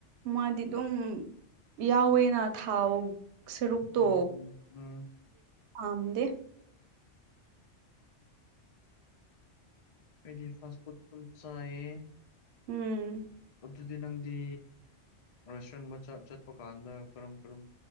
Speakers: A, on the right; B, on the left.
A: ꯃꯥꯗꯤ ꯑꯗꯨꯝ ꯌꯥꯎꯋꯦꯅ ꯊꯥꯎ ꯁꯔꯨꯄꯇꯣ
B: ꯎꯝ ꯎꯝ ꯎꯝ
A: ꯀꯝꯗ
B: ꯍꯗꯤ ꯐ ꯐꯨꯝ ꯆꯥꯏꯌꯦ
A: ꯎꯝ
B: ꯑꯗꯨꯗꯤ ꯅꯪꯗꯤ ꯔꯦꯁꯇꯨꯔꯦꯟ ꯑꯃ ꯆꯠꯄ ꯀꯥꯟꯗ ꯀꯔꯝ ꯀꯔꯝ